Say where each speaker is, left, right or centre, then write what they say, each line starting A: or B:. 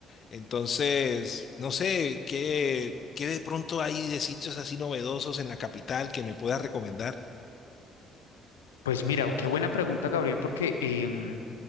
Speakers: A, on the left (about 45°); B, on the left (about 75°).
A: Entonces, no sé, ¿qué, qué de pronto hay de sitios así novedosos en la capital que me puedas recomendar?
B: Pues mira, qué buena pregunta, Gabriel, porque em,